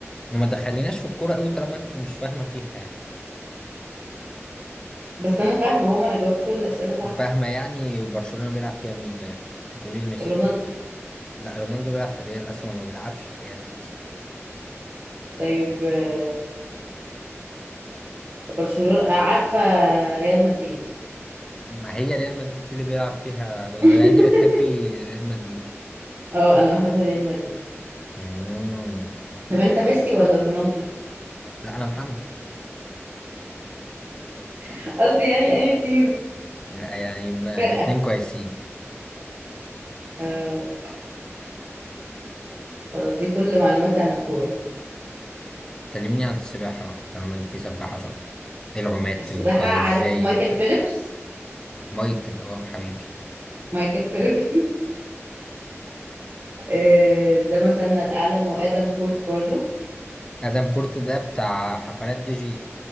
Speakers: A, on the left; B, on the right.
A: ما دخليناش في الكورة قوي طالما انت مش فاهمة فيها يعني
B: بس انا فاهمة هو انا جاوبت كل الأسئلة صح
A: فاهمة يعني برشلونة بيلعب فيها مين طيب هتقولي لي ميسي
B: رونالدو
A: صح لا رونالدو بيلعب في ريال اصلا وما بيلعبش في ريال اساسا
B: طيب آه، برشلونة آه، عارفة ريال مدريد
A: ما هي ريال مدريد اللي بيلعب فيها رونالدو
B: <laughs>
A: يعني انت بتحبي ريال مدريد
B: اه انا بحب ريال مدريد
A: مم.
B: طب انت ميسي ولا رونالدو
A: لا انا محمد
B: <laughs> قصدي يعني اني تيم
A: لا يعني ما...
B: فرقة
A: الاتنين كويسين يعني
B: آه خلاص دي كل معلوماتي عن الكورة
A: كلميني عن السباحة بقى طالما انت سباحة شاطرة إيه العومات
B: السباحة
A: وبتاع
B: عارف
A: ازاي
B: مايكل
A: وبتاع.
B: فيليبس
A: مايكل اه حبيبي
B: مايكل فيليبس <laughs> آه ده مثلنا الأعلى وآدم بورت برضو
A: ادم بورت ده بتاع حفلات دي جي